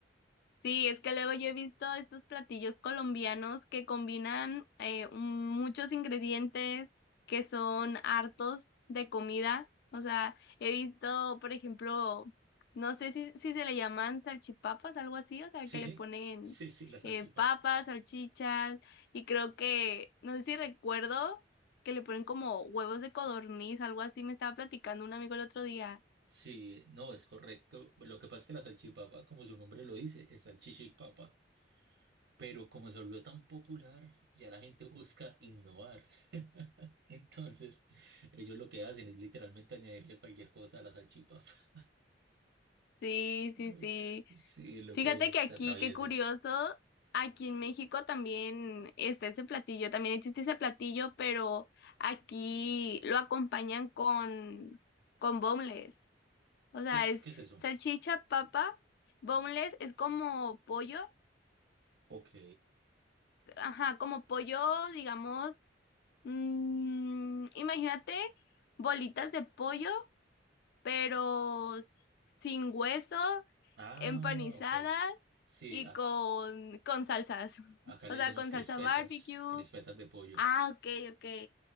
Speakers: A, on the left; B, on the right.
A: Sí, es que luego yo he visto estos platillos colombianos que combinan eh, un- muchos ingredientes que son hartos de comida. O sea, he visto, por ejemplo, no sé si, si se le llaman salchipapas, algo así, o sea,
B: Sí,
A: que le ponen
B: sí, sí, la salchipapa.
A: eh, papas, salchichas, y creo que, no sé si recuerdo que le ponen como huevos de codorniz, algo así, me estaba platicando un amigo el otro día.
B: Sí, no, es correcto. Lo que pasa es que la salchipapa, como su nombre lo dice, es salchicha y papa, pero como se volvió tan popular, ya la gente busca innovar. <laughs> Entonces, ellos lo que hacen es literalmente añadirle cualquier cosa a la salchipapa. <laughs>
A: Sí,
B: No,
A: sí, sí.
B: Sí, lo
A: Fíjate
B: que
A: que
B: se
A: aquí,
B: atraviese.
A: qué curioso, aquí en México también está ese platillo, también existe ese platillo, pero aquí lo acompañan con, con boneless. O sea,
B: ¿Qué es,
A: es
B: qué es eso?
A: salchicha, papa, boneless es como pollo,
B: Ok.
A: ajá, como pollo, digamos, mm, imagínate bolitas de pollo, pero sin hueso,
B: Ah,
A: empanizadas
B: ok. Sí,
A: y con, con salsas.
B: Acá
A: <laughs> O
B: le
A: sea,
B: decimos
A: con
B: crispetas,
A: salsa barbecue.
B: crispetas de pollo.
A: Ah, ok, ok.